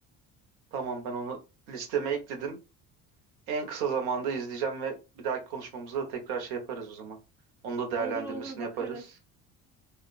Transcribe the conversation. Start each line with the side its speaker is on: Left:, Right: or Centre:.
Right: tamam ben onu listeme ekledim. En kısa zamanda izleyeceğim ve bir dahaki konuşmamızda da tekrar şey yaparız o zaman. Onu da değerlendirmesini
Centre: Olur olur bakarız.
Right: yaparız.